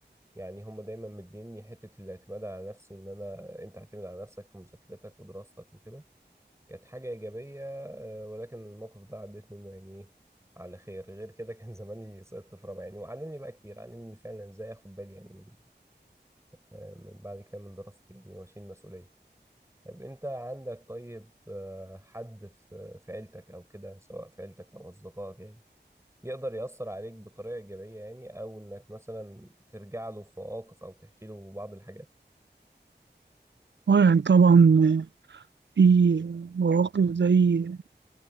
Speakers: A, on the right; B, on the right.
A: يعني هم دايما مديني حتة الاعتماد على نفسي ان انا انت اعتمد على نفسك في مذاكرتك ودراستك وكده كانت حاجة ايجابية آه، ولكن الموقف ده عديت منه يعني ايه على خير غير كده كان <laughs> زماني سقطت في رابعة يعني وعلمني بقى كتير علمني فعلا ازاي اخد بالي يعني من آه، من بعد كده من دراستي يعني واشيل مسؤولية طيب انت عندك طيب آه، حد في في عيلتك او كده سواء في عيلتك او اصدقائك يعني يقدر يأثر عليك بطريقة إيجابية يعني أو إنك مثلا ترجع له في مواقف أو تحكي له بعض الحاجات
B: آه، يعني طبعا آه، في مواقف زي